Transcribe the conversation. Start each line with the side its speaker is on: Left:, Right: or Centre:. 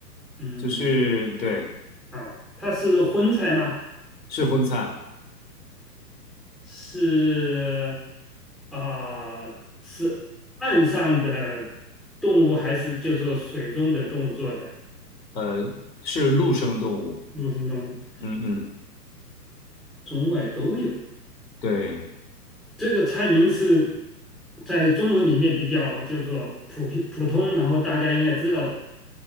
Centre: 嗯
Left: 就是对，
Centre: 啊，它是荤菜吗？
Left: 是荤菜。
Centre: 是啊、呃是岸上的动物还是就说水中的动物做的？
Left: 呃，是陆生动物。
Centre: 陆生动物，
Left: 嗯嗯，
Centre: 中外都有。
Left: 对，
Centre: 这个菜名是在中文里面比较就是说普遍普通，然后大家应该知道的吧。